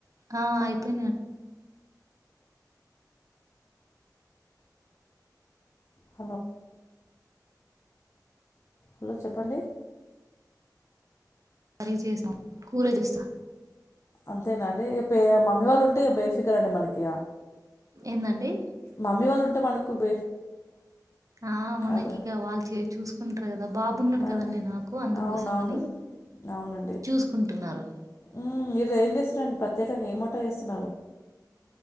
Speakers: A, on the right (about 50°); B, on the left (about 40°).
A: ఆ అయిపోయినాండి క
B: హలో హలో చెప్పండి.
A: సరీ చేసాం కూరదిస్త హలో
B: అంతేనాండి పె మమ్మీ వాళ్ళు ఉన్ టె బేఫికర్ అండి మనకి ఈగ
A: ఏందండి
B: మమ్మీ వాళ్ళు ఉంటే అంటే మనకు బేఫికర్ అంటున్నా.
A: ఆ మనకి
B: అదే
A: ఇగ వాళ్ చే చూస్ ఉంటర్ కదా నా బాబున్నడు
B: ఆ,
A: కదండి నాకు అందుకోసం
B: అవునవును
A: అని
B: అవునండి
A: చూసుకుంటున్నారు
B: మ్ ఈరోజు ఏం చేస్తున్నారండి ప్రత్యేకంగా ఏం వంట చేస్తున్నారు.